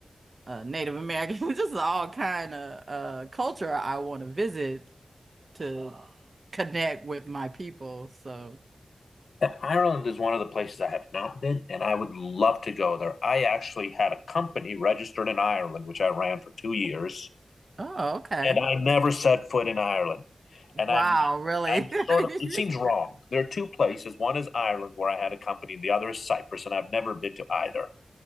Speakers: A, on the right; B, on the left.
A: uh, Native American, <laughs> just all kind of uh, culture I want to visit to connect with my people. So.
B: Ireland is one of the places I have not been, and I would love to go there. I actually had a company registered in Ireland, which I ran for two years.
A: Oh, okay.
B: and I never set foot in Ireland.
A: Wow,
B: And I'm
A: really?
B: I'm
A: <laughs>
B: sort of it seems wrong. There are two places. One is Ireland where I had a company, and the other is Cyprus, and I've never been to either.